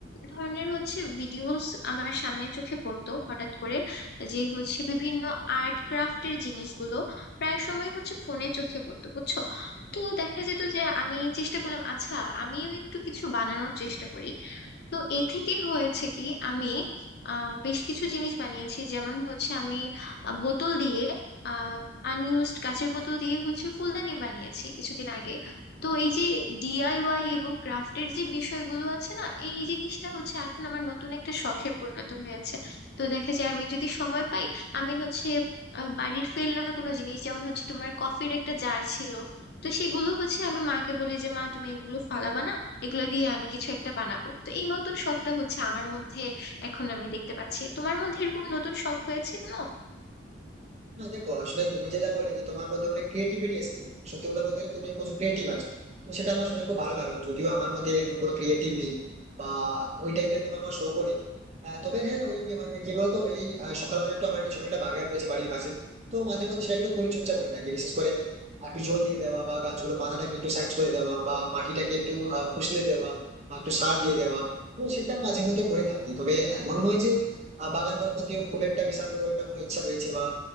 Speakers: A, on the left; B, on the right.
A: ধরনের হচ্ছে ভিডিওস আমার সামনে চোখে পড়তো হঠাৎ করে যে হচ্ছে বিভিন্ন আর্ট ক্রাফটের জিনিসগুলো প্রায় সময় হচ্ছে ফোনে চোখে পড়তো বুঝছো তো দেখা যেত যে আমি চেষ্টা করলাম আচ্ছা আমিও একটু কিছু বানানোর চেষ্টা করি তো এ থেকে হয়েছে কি আমি আহ, বেশ কিছু জিনিস বানিয়েছি যেমন হচ্ছে আমি আহ, বোতল দিয়ে আনইউজড কাঁচের বোতল দিয়ে হচ্ছে ফুলদানি বানিয়েছি কিছুদিন আগে তো এই যে ডিআইওয়াই এবং ক্রাফটের যে বিষয়গুলো আছে না এই জিনিসটা হচ্ছে এখন আমার নতুন একটা শখে পরিণত হয়েছে তো দেখা যায় আমি যদি সময় পাই আমি হচ্ছে আহ, বাড়ির ফেলনা কোনো জিনিস যেমন হচ্ছে তোমার কফির একটা জার ছিল তো সেগুলো হচ্ছে আমি মাকে বলি যে মা তুমি এগুলো ফালাবা না এগুলো দিয়ে আমি কিছু একটা বানাবো তো এই নতুন শখটা হচ্ছে আমার মধ্যে এখন আমি দেখতে পাচ্ছি তোমার মধ্যে এরকম নতুন শখ হয়েছে কেন
B: না দেখো আসলে তুমি যেটা বলে যে তোমার মধ্যে অনেক ক্রিয়েটিভিটি এসেছে সত্যি কথা বলতে গেলে তুমি প্রচুর ক্রিয়েটিভ আছো তো সেটা আমার শুনে খুব ভালো লাগলো যদিও আমার মধ্যে এমন কোনো ক্রিয়েটিভ নেই বা ওই টাইপের কোনো আমার শখও নেই আহ, তবে হ্যাঁ ওই যে মানে কি বলতো এই আহ, সকালবেলা একটু আমার একটা ছোট একটা বাগান রয়েছে বাড়ির পাশে তো মাঝে মধ্যে সেটাকে একটু পরিচর্যা করে থাকি বিশেষ করে একটু জল দিয়ে দেওয়া বা গাছগুলো পাতাটাকে একটু সাইজ করে দেওয়া বা মাটিটাকে একটু আহ, ফুসলে দেওয়া বা একটু সার দিয়ে দেওয়া তো সেটা মাঝে মধ্যে করে থাকি তবে এমন নয় যে আহ, বাগান করার প্রতি খুব একটা বিশাল বড় একটা কোনো ইচ্ছা রয়েছে বা